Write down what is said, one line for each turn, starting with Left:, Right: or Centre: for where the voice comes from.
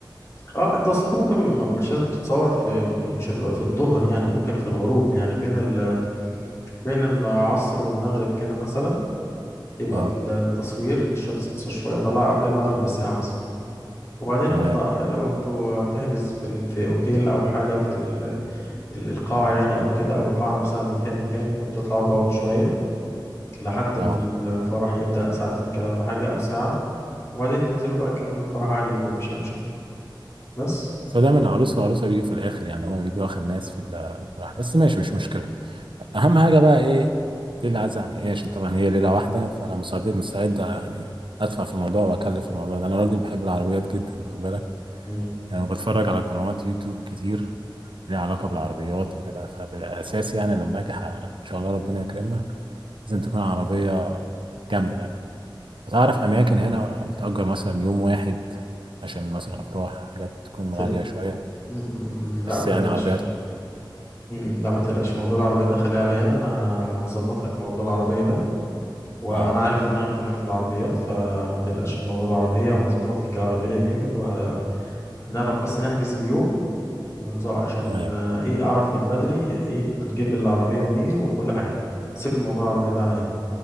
Left: اه انت اصل انت ممكن م- مش لازم تتصور في مش هتبقى في الظهر يعني ممكن في الغروب يعني بين ال... بين العصر والمغرب كده مثلا يبقى
Right: اه
Left: التصوير الشمس لسه شوية طالعة قبل المغرب بساعة مثلا وبعدين
Right: تمام
Left: هطلع لو انتوا هتحجز في ال... في اوتيل او حاجة في ال... ال- القاعة يعني او كده او القاعة نفسها لو فيها مكان ممكن تطلعوا تقعدوا شوية لحد
Right: اه
Left: ما الفرح يبدأ ساعتين كده ولا حاجة او ساعة وبعدين تنزلوا بقى تكملوا الفرح عادي جدا مفيش اي مشكلة بس
Right: بس هو دايما العروس والعروسة بيجوا في الآخر يعني هما بيجوا آخر ناس في الفرح بس ماشي مش مشكلة اهم حاجه بقى ايه ليله عايزه يعني ايه عشان طبعا هي ليله واحده فانا مستعد مستعد يعني ادفع في الموضوع واكلف في الموضوع ده انا راجل بحب العربيات جدا واخد بالك
Left: مم.
Right: يعني بتفرج على قنوات يوتيوب كتير ليها علاقه بالعربيات وكده فبالاساس يعني لما اجي ح- ان شاء الله ربنا يكرمنا لازم تكون عربيه جامده يعني فتعرف اماكن هنا بتأجر مثلا يوم واحد عشان مثلا افراح حاجات تكون
Left: في
Right: غاليه شويه
Left: م- م- م-
Right: بس
Left: لا ما تقلقش
Right: يعني عربيات
Left: م- م- لا ما تقلقش موضوع العربية ده خليه عليا أنا أنا ه- هظبط لك موضوع العربية ده وأنا
Right: اه
Left: عارف دماغك كمان في العربيات فما تقلقش من موضوع العربية وهظبط لك العربية جامد وهنعرف بس نحجز اليوم ونزق عشان
Right: تمام
Left: آه، إيه أعرف من بدري إيه هنجيب العربية منين وكل حاجة سيب الموضوع العربية ده عليا أنا.